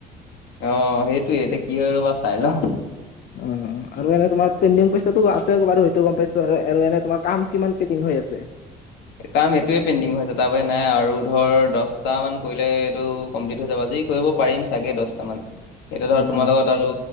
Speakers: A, on the left; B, on the left.
A: অঁ সেইটোৱে এতিয়া কি হয় ৰবা চাই লওঁ।
B: অঁ অঁ, আৰু এনে তোমাৰ পেণ্ডিং পইচাটো আছে বাৰু সেইটো গম পাইছো আৰু এনে তোমাৰ কাম কিমান পেণ্ডিং হৈ আছে?
A: কাম এইটোৱে পেণ্ডিং হৈ আছে তাৰপৰা নাই আৰু ধৰ দশটা মান কৰিলে এইটো কমপ্লিট হৈ যাব আজি কৰিব পাৰিম চাগে, দশটামান। এতিয়া ধৰ
B: অ',
A: তোমাৰ লগত আৰু